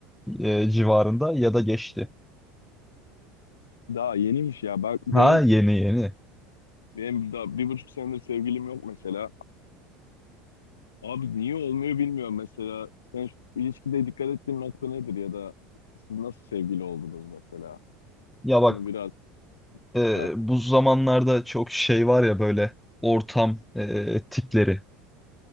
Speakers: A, in the centre; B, on the left (about 75°).
A: e, civarında ya da geçti.
B: Daha yeniymiş ya. Bak benim
A: Ha yeni yeni.
B: benim daha bir buçuk senedir sevgilim yok mesela. Abi niye olmuyor bilmiyorum mesela. Sen şu ilişkide dikkat ettiğin nokta nedir ya da siz nasıl sevgili oldunuz mesela?
A: Ya bak
B: Onu biraz...
A: e,
B: Heh,
A: bu zamanlarda çok şey var ya böyle ortam e, tipleri.